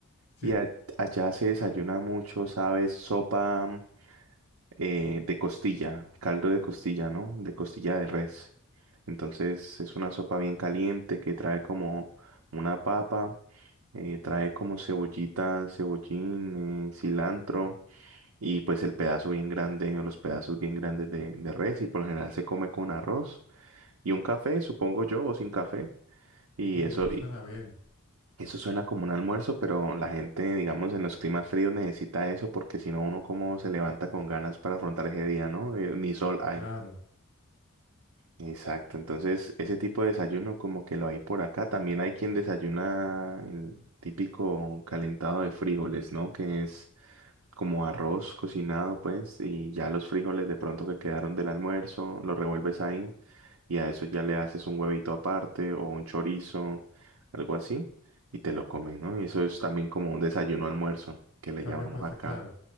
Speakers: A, on the left (about 80°); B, on the right (about 70°).
A: Sí.
B: Y a- allá se desayuna mucho, ¿sabes? Sopa eh, de costilla, caldo de costilla, ¿no? De costilla de res. Entonces es una sopa bien caliente que trae como una papa, eh, trae como cebollita, cebollín, eh, cilantro y pues el pedazo bien grande o los pedazos bien grandes de, de res y por lo general se come con arroz y un café, supongo yo, o sin café. Y
A: Uy,
B: eso,
A: eso suena bien.
B: eso suena como un almuerzo, pero la gente, digamos, en los climas fríos necesita eso porque si no uno como se levanta con ganas para afrontar ese día, ¿no? Eh, ni sol hay.
A: Claro.
B: Exacto, entonces ese tipo de desayuno como que lo hay por acá. También hay quien desayuna el típico calentado de frijoles, ¿no? Que es como arroz cocinado, pues, y ya los frijoles de pronto que quedaron del almuerzo, los revuelves ahí y a eso ya le haces un huevito aparte o un chorizo, algo así, y te lo comes, ¿no? Y eso es también como un desayuno almuerzo, que le
A: También
B: llamamos
A: puede
B: acá
A: ser claro.